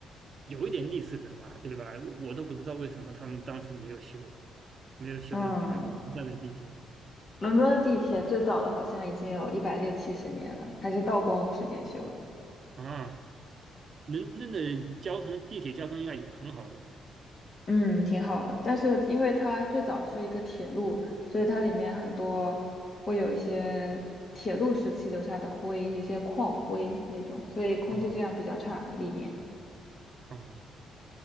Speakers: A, on the right (about 45°); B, on the left (about 45°).
A: 有一点历史的吧，对吧？我都不知道为什么他们当时没有修，没有修比较完善的地铁
B: 嗯，伦敦的地铁最早的好像已经有一百六七十年了，还是道光时间修的。
A: 啊。伦敦的交通地铁交通应该也很好的吧？
B: 嗯，挺好的。但是因为它最早是一个铁路，所以它里面很多会有一些铁路时期留下的灰，有一些矿灰那种，所以空气质量比较差，
A: 哦哦，
B: 里面。
A: 哦